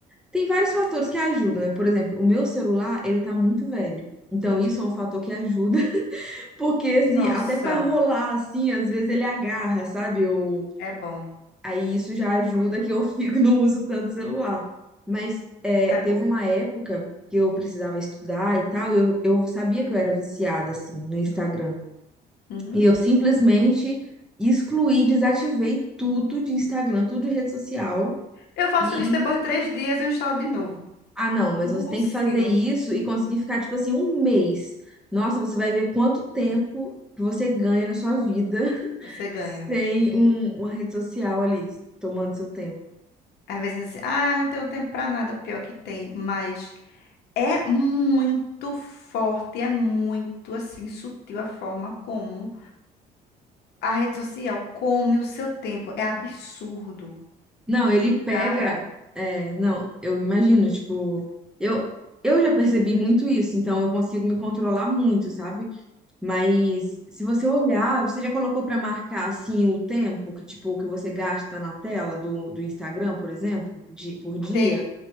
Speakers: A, in the centre; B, on the left (about 75°).
A: tem vários fatores que ajudam, né? Por exemplo, o meu celular, ele tá muito velho. Então isso é um fator que ajuda, <laughs> porque assim,
B: Nossa,
A: até pra rolar assim, às vezes ele agarra, sabe? Eu...
B: é bom,
A: Aí isso já ajuda que eu fico <laughs> não uso tanto celular. Mas é,
B: é bom.
A: teve uma época que eu precisava estudar e tal, e eu, eu sabia que eu era viciada assim no Instagram.
B: Uhum.
A: E eu simplesmente excluí, desativei tudo de Instagram, tudo de rede social.
B: Eu faço
A: E,
B: isso depois de três dias, eu instalo de novo.
A: ah, não, mas
B: Eu não
A: você
B: consigo.
A: tem que fazer isso e conseguir ficar, tipo assim, um mês. Nossa, você vai ver quanto tempo que você ganha na sua vida <laughs>
B: Você ganha.
A: sem um- uma rede social ali, tomando seu tempo.
B: Às vezes, assim, ah, eu não tenho tempo pra nada. Pior que tem, mas É muito forte, é muito assim sutil a forma como a rede social come o seu tempo. É absurdo,
A: Não, ele pega.
B: cara.
A: é, não, eu imagino, tipo, eu, eu já percebi muito isso, então eu consigo me controlar muito, sabe? Mas se você olhar, você já colocou para marcar assim o tempo que tipo que você gasta na tela do, do Instagram, por exemplo, de, por dia?
B: Tem,